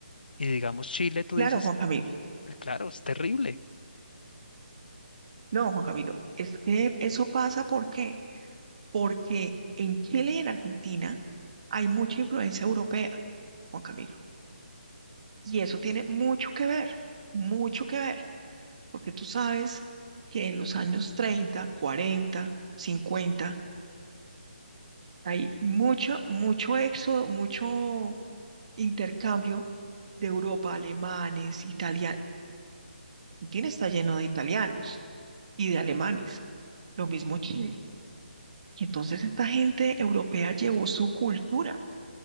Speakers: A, on the left; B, on the right.
A: Y digamos Chile, tú
B: Claro,
A: dices,
B: Juan Camilo.
A: "Pues claro, es terrible.
B: No, Juan Camilo, es que eso pasa ¿por qué? porque en Chile y en Argentina hay mucha influencia europea, Juan Camilo, y eso tiene mucho que ver, mucho que ver. porque tú sabes que en los años 30, 40, 50 hay mucho, mucho éxodo, mucho intercambio de Europa, alemanes, italianos. Argentina está lleno de italianos y de alemanes, lo mismo Chile. Y entonces esta gente europea llevó su cultura.